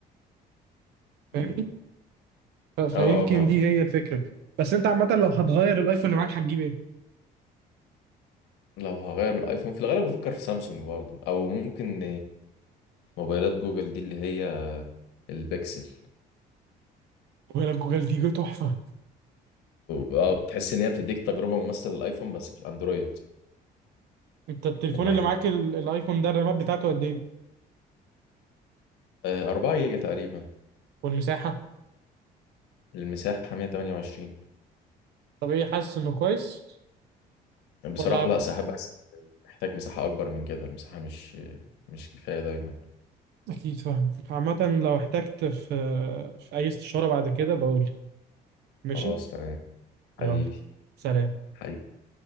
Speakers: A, on the right; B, on the left.
A: فاهمني
B: مم.
A: ف- فيمكن
B: اه فاهم
A: دي هي الفكره بس انت عامه لو هتغير الايفون اللي معاك هتجيب ايه؟
B: لو هغير الايفون في الغالب بفكر في سامسونج برضه او ممكن موبايلات جوجل دي اللي هي البيكسل
A: ولا جوجل دي جو تحفه
B: اه بتحس ان هي بتديك تجربه ممثله للايفون بس في الاندرويد
A: انت التليفون
B: من ناحيه
A: اللي معاك ال- الايفون ده الرامات بتاعته قد ايه؟
B: آه، 4 جيجا تقريبا
A: والمساحة
B: المساحه 128
A: طب ايه حاسس انه كويس
B: بصراحه
A: ولا
B: لا ساعات بس محتاج مساحه اكبر من كده المساحه مش مش كفايه دايما
A: اكيد فاهم عامة لو احتجت في في اي استشارة بعد كده بقول ماشي
B: خلاص تمام
A: يلا
B: حبيبي
A: سلام
B: حبيبي